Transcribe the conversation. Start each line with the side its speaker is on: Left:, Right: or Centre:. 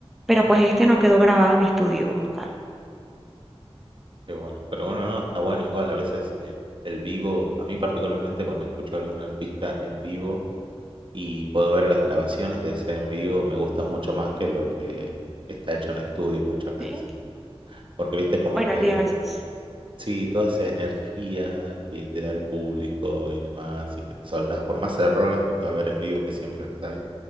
Centre: pero
Right: ujú,
Centre: pues este no quedó grabado en estudio como tal.
Right: Qué bueno. Pero bueno, no, está bueno. Igual a veces el, el vivo, a mí particularmente cuando escucho a algún artista en vivo y puedo ver las grabaciones de ese en vivo, me gustan mucho más que lo que está hecho en estudios muchas veces.
Centre: Sí,
Right: Porque viste como
Centre: Bueno,
Right: que
Centre: sí, a veces.
Right: Sí, toda esa energía que te da el público y demás, y que te soltás, por más errores que pueda haber en vivo, que siempre los hay,